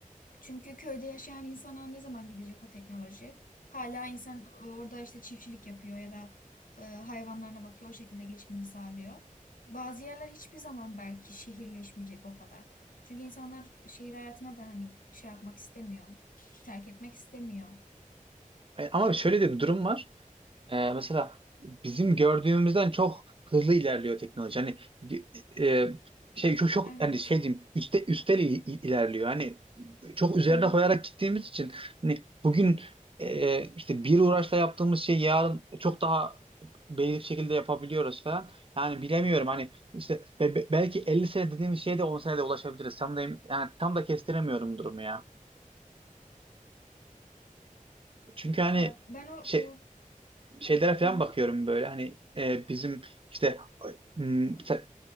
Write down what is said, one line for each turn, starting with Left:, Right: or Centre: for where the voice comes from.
Left: Çünkü köyde yaşayan insana ne zaman gidecek o teknoloji? Hala insan orada işte çiftçilik yapıyor ya da e, hayvanlarına bakıyor, o şekilde geçimini sağlıyor. Bazı yerler hiçbir zaman belki şehirleşmeyecek o kadar. Çünkü insanlar şehir hayatına da hani şey yapmak istemiyor, terk etmek istemiyor.
Right: E, Ama
Left: E,
Right: şöyle de bir durum var. Ee, mesela bizim gördüğümüzden çok hızlı ilerliyor teknoloji. Hani e, şey çok çok
Left: evet.
Right: hani şey diyeyim üste üstel il- il- ilerliyor. Hani çok üzerine
Left: Hı hı.
Right: koyarak gittiğimiz için hani bugün e, işte bir uğraşla yaptığımız şeyi yarın çok daha belirli bir şekilde yapabiliyoruz falan. Yani bilemiyorum hani işte be- be- belki 50 sene dediğimiz şeye de 10 senede ulaşabiliriz. Tam da em- yani tam da kestiremiyorum durumu ya. Çünkü hani
Left: Ya ben o,
Right: şey
Left: o
Right: şeylere falan
Left: hı hı.
Right: bakıyorum böyle hani e, bizim işte m, se-